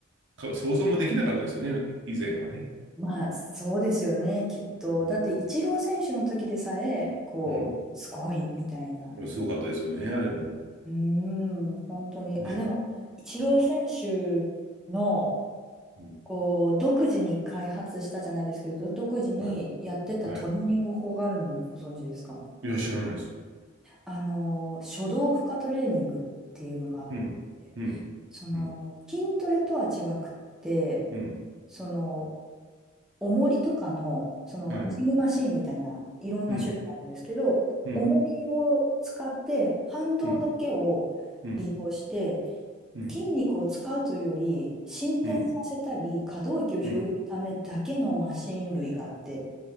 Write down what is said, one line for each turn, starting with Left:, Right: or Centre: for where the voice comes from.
Right: か想像もできなかったですよね、以前はね。
Centre: まあ、そうですよね、きっと。
Right: うん。
Centre: だって、イチロー選手の時でさえ、こう、
Right: う
Centre: すごいみたいな。
Right: ん。すごかったですよね、あれも。
Centre: うーん、本当に。
Right: で、
Centre: あ、でも、イチロー選手の、
Right: うん。うん
Centre: こう独自に開発したじゃないですけど、独自にやってたトレーニング法があるのをご存知ですか
Right: はい。はい。いや、知らないです。
Centre: あの、初動負荷トレーニングっていうのがあって、
Right: うん。うん。
Centre: その、
Right: うん。
Centre: 筋トレとは違くって、
Right: うん。
Centre: その、重りとかの、その、
Right: はい。
Centre: ジムマシンみたいな、いろんな種類があるんですけど、
Right: うん。うん。
Centre: 重りを使って、反動だけを利用して、
Right: うん。うん。うん。
Centre: 筋肉を使うというより、伸展させたり、
Right: うん。
Centre: 可動域を広げるためだけのマシン類があって、
Right: うん